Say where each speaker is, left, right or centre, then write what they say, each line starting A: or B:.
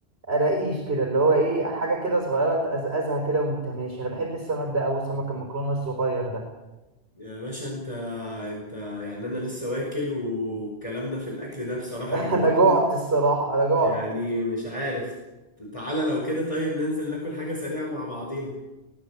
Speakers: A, on the right; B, on the left.
A: قراقيش كده اللي هو ايه حاجة كده صغيرة تقزقزها كده وانت ماشي انا بحب السمك ده اوي سمك المكرونة الصغير ده
B: يا باشا انت انت يعني انا لسه واكل وكلامنا في الاكل ده بصراحة
A: <laughs>
B: جوعني
A: انا جوعت الصراحة انا جوعت
B: يعني مش عارف تعالى لو كده طيب ننزل ناكل حاجة سريعة مع بعضين